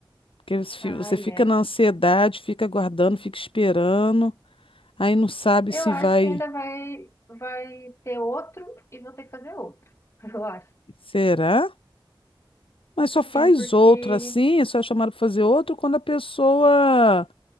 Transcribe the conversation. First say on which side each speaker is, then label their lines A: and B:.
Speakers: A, on the left (about 80°); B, on the left (about 30°).
A: Porque você fi-
B: Ah
A: você
B: é.
A: fica na ansiedade, fica aguardando, fica esperando, aí não sabe
B: Eu
A: se
B: acho
A: vai.
B: que ainda vai, vai ter outro e vou ter que fazer outro. <laughs> Eu acho.
A: Será? Mas só faz
B: Sim, porque.
A: outro assim, só é chamado para fazer outro quando a pessoa